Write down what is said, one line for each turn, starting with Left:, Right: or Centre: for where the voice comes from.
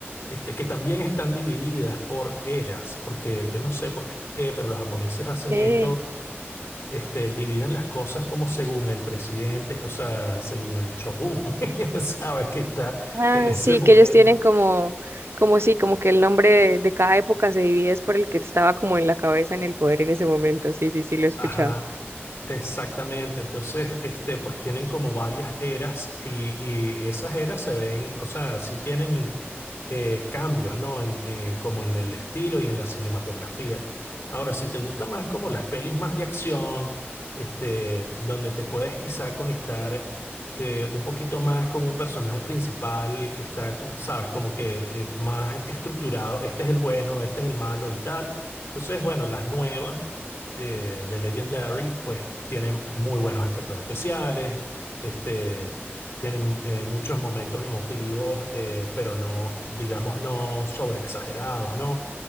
Left: este, que también están divididas por eras, porque yo no sé por qué, pero los japoneses hacen
Right: Okay.
Left: esto, este, dividen las cosas como según el presidente, o sea, según el shogun, <laughs> ¿sabes? Que está
Right: Ah,
Left: en ese
Right: sí,
Left: momento.
Right: que ellos tienen como, como sí, como que el nombre de, de cada época se divide es por el que estaba como en la cabeza, en el poder en ese momento. Sí, sí, sí, lo he escuchado.
Left: Ajá. Exactamente, entonces, este, pues tienen como varias eras y, y esas eras se ven, o sea, sí tienen eh, cambios, ¿no? En, eh, como en el estilo y en la cinematografía. Ahora, si te gusta más como las pelis más de acción, este, donde te puedes quizá conectar eh, un poquito más con un personaje principal que está, como- sabes, como que eh, más estructurado, este es el bueno, este es el malo y tal. Entonces, bueno, las nuevas eh, de Legendary, pues tienen muy buenos efectos especiales. Este, tienen eh, muchos momentos emotivos, eh, pero no, digamos, no sobreexagerados, ¿no?